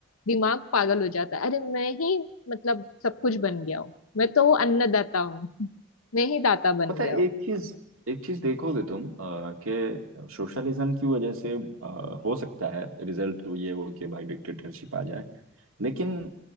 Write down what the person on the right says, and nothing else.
पता
है
एक चीज एक चीज देखोगे तुम अ, कि सोशलिज्म की वजह से अ, हो सकता है रिजल्ट ये हो कि भाई डिक्टेटरशिप आ जाए लेकिन